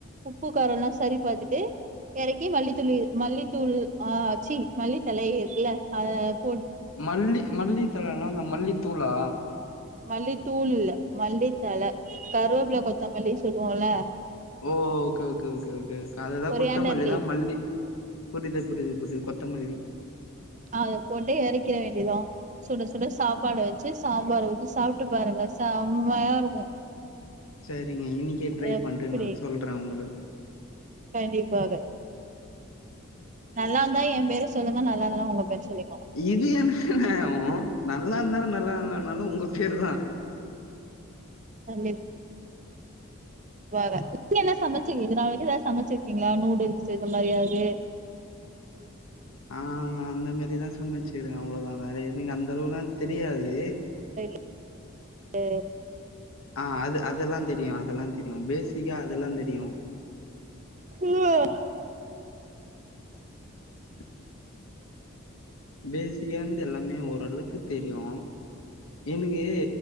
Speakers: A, on the right; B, on the left.
A: உப்பு காரோ எல்லா சரி பாத்துட்டு இறக்கி மல்லித்தூளி மல்லித்தூள் ஆஹ் ஆ சீ மல்லித்தழ இருக்குல்ல அத
B: மல்லி மல்லித்தழ நா மல்லித்தூளா
A: மல்லித்தூள் இல்ல மல்லித்தழ கருவேப்புல கொத்தமல்லி சொல்லுவோல்ல
B: ஓ ஓகே ஓகே ஓகே ஓகே அதுதா
A: கொரியாண்டர்
B: கொத்தமல்லி
A: லீ
B: தா மல்லி புரிது புரிது புரிது கொ கொத்தமல்லி
A: அத போட்டு இறைக்கிற வேண்டிதா சுட சுட சாப்பாட வச்சு சாம்பார் ஊத்தி சாப்ட்டு பாருங்க செம்மயா இருக்கு
B: சரிங்க இன்னிக்கே ட்ரை
A: எப்டி
B: பண்ணிட்டு நா சொல்ற உங்களுக்கு
A: கண்டிப்பாக நல்லா இந்தா என் பேரு சொல்லுங்க நல்லா இல்லனா உங்க பேர சொல்லிக்கோங்க
B: இது என்னங்க நாயம் நா நல்லா இந்தாலு நல்லா இல்லனாலு உங்க பேரு தா
A: தண்ணீர் வேற நீங்க என்ன சமச்சீங்க இத நாள் வரைக்கு எதா சமைச்சிருக்கீங்களா நூடுல்ஸ் இது மாரி எதாவது
B: ஆஹ் அந்த மாரிதா சமைச்சிரு அவ்ளதா வேற எதுனாலு அந்த அளவு எல்லா தெரியாது
A: ட்டு
B: ஆஹ் அது அதெல்லாந் தெரியு அதெல்லாந் தெரியு‌ ‌வெஜ் தியா அதெல்லாந் தெரியு
A: ஆஹ்
B: <inaudible> பேசிக்கான்து எல்லாமே ஓரளக்கு தெரியு எனக்கு